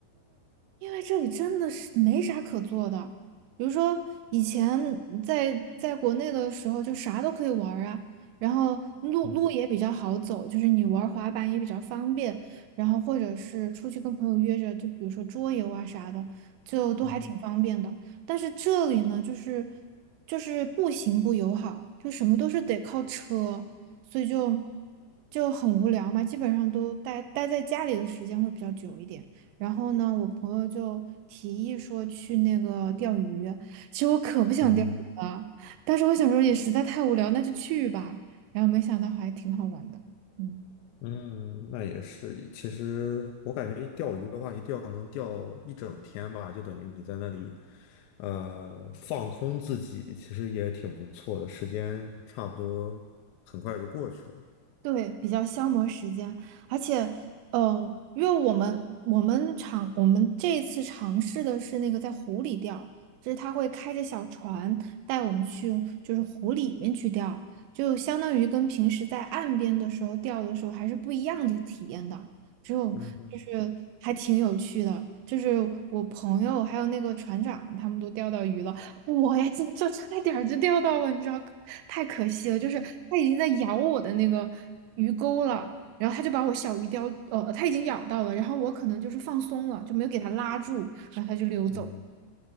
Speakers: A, on the right; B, on the left.
A: 因为这里真的是没啥可做的，比如说以前在在国内的时候，就啥都可以玩儿啊，然后路路也比较好走，
B: 嗯哼，
A: 就是你玩滑板也比较方便，然后或者是出去跟朋友约着，就比如说桌游啊啥的，就都还挺方便的。
B: 嗯哼，
A: 但是这里呢，就是就是步行不友好，就什么都是得靠车，所以就就很无聊嘛，基本上都待待在家里的时间会比较久一点。然后呢，我朋友就提议说去那个钓鱼，其实我可不想钓鱼了，
B: 嗯哼。
A: 但是我小时候也实在太无聊，那就去吧。然后没想到还挺好玩的，嗯。
B: 嗯，那也是。其实我感觉钓鱼的话，一钓能钓一整天吧，就等于你在那里，呃，放空自己，其实也挺不错的。时间差不多很快就过去了。
A: 对，比较消磨时间，而且，呃，因为我们我们尝我们这一次尝试的是那个在湖里钓，就是他会开着小船带我们去，就是湖里面去钓，就相当于跟平时在岸边的时候钓的时候还是不一样的体验的，只有就是还挺有趣的，
B: 嗯哼，
A: 就是我朋友还有那个船长他们都钓到鱼了，我呀，就就差点儿就钓到了，你知道，太可惜了。就是它已经在咬我的那个鱼钩了，然后它就把我小鱼叼，呃，它已经咬到了，然后我可能就是放松了，就没有给它拉住，然后它就溜走了。
B: 嗯哼。